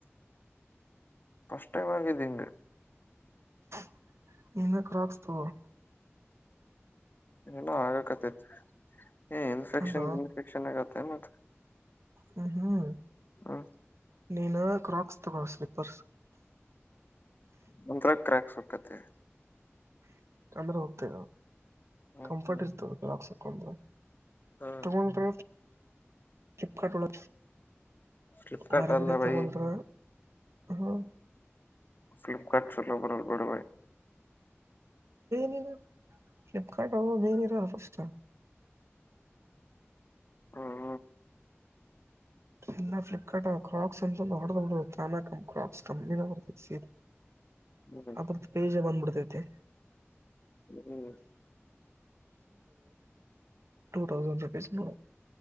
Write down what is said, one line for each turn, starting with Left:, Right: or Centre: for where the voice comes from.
Left: ಫಸ್ಟ್ ಟೈಮ್ ಆಗಿದ್ದ ಹಿಂಗ
Right: <inaudible> ನಿನ್ನ ಕ್ರಾಕ್ <unintelligible>
Left: ಏನೋ ಆಗಕತ್ತೈತ್ ಏ ಇನ್ಫೆಕ್ಷನ್
Right: ಅಲ್ಲೋ
Left: ಇನ್ಫೆಕ್ಷನ್ ಆಗತ್ತ ಮತ್ತ
Right: ಹ್ಮ ಹ್ಮ್
Left: ಹ್ಮ
Right: ನೀನು ಕ್ರಾಕ್ಸ್ ತಗೊ ಸ್ಲಿಪರ್ಸ್
Left: ನಂತರ ಕ್ರ್ಯಾಕ್ ಸುಕ್ಕತೆ
Right: ಅಂದ್ರೆ ಹೋಗ್ತೇ
Left: ಹ್ಮ್
Right: ಕಂಫರ್ಟ್
Left: ಹ್ಮ್
Right: ಇರ್ತದೆ ಕರಾಕ್ಸಕಂತ
Left: ಹ್ಮ್
Right: ತಗ ಚಿಪ್ಕಟ್ ಒಳ
Left: ಫ್ಲಿಪ್ಕಾರ್ಟ್
Right: ಹೊರಗಡೆ
Left: ಅಲ್ಲ ಬೈ
Right: ತಗೊಂಡ್ರ ಹ್ಮ
Left: ಫ್ಲಿಪ್ಕಾರ್ಟ ಚಲ್ಲೋ ಬರದು ಬಡಬ
Right: ನರ ಫ್ಲಿಪ್ಕಾರ್ಟ್ ಅ ಮನ ಇರಫಸ್
Left: ಹ್ಮ
Right: ಇಲ್ಲ ಫ್ಲಿಪ್ಕಾರ್ಟ್ ಕ್ರಾಕ್ಸ್ ಅಂತ ಹೊಡಾನ ಕ್ರಾಕ್ಸ್ ಕಂಪ್ನಿ ಬರ್ತ ಸೀ
Left: ಹ್ಮ್
Right: ಅ ಪೇಜ ಬಂದ್ಬಿಡ್ತೈತಿ
Left: ಹ್ಮ್
Right: ಟ ಥೌಸಂಡ್ ರುಪಿಸಸ್ ಮಾಡ.